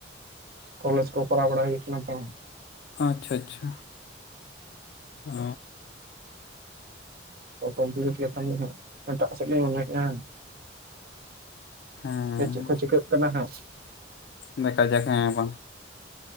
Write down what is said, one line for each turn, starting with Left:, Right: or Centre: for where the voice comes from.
Right: ᱠᱚᱞᱮᱡᱽ ᱠᱚ ᱯᱟᱲᱦᱟᱣ ᱵᱟᱲᱟ ᱦᱩᱭᱩᱜ ᱠᱟᱱᱟ ᱛᱚ
Left: ᱟᱪᱪᱷᱟ ᱟᱪᱪᱷᱟ ᱚ
Right: ᱠᱚᱢᱯᱞᱤᱴ ᱞᱮᱠᱷᱟᱱ ᱜᱮ ᱦᱟᱸᱜ ᱮᱴᱟᱜ ᱥᱮᱫ ᱞᱤᱧ ᱢᱚᱱᱮᱭᱮᱜᱼᱟ
Left: ᱦᱮᱸ
Right: ᱥᱮ ᱪᱮᱫ ᱠᱚ ᱪᱤᱠᱟᱹᱜ ᱠᱟᱱᱟ ᱦᱟᱸᱜ
Left: ᱫᱮᱠᱷᱟ ᱡᱟᱠ ᱦᱮᱸ ᱵᱟᱝ